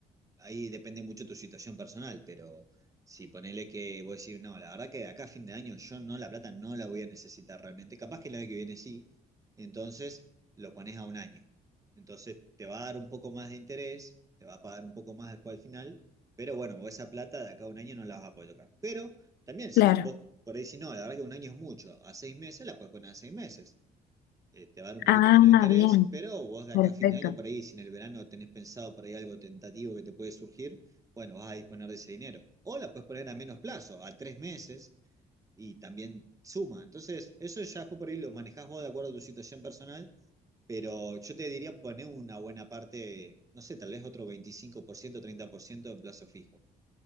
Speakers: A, on the right; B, on the left.
A: ahí depende mucho tu situación personal, pero si ponele que vos decís, no, la verdad que de acá a fin de año yo no, la plata no la voy a necesitar realmente, capaz que el año que viene sí, entonces lo pones a un año. Entonces te va a dar un poco más de interés, te va a pagar un poco más después al final, pero bueno, vos esa plata de acá a un año no la vas a poder tocar. Pero también si
B: claro.
A: vos por ahí decís, no, la verdad que un año es mucho, a seis meses la puedes poner a seis meses eh, te va a dar un poquito
B: Ah,
A: menos de interés,
B: bien,
A: pero vos de
B: perfecto.
A: acá a fin de año, por ahí, si en el verano tenés pensado por ahí algo tentativo que te puede surgir, bueno, vas a disponer de ese dinero. O la puedes poner a menos plazo, a tres meses, y también suma. Entonces, eso ya después por ahí lo manejás vos de acuerdo a tu situación personal, pero yo te diría poner una buena parte, no sé, tal vez otro veinticinco por ciento, treinta por ciento en plazo fijo.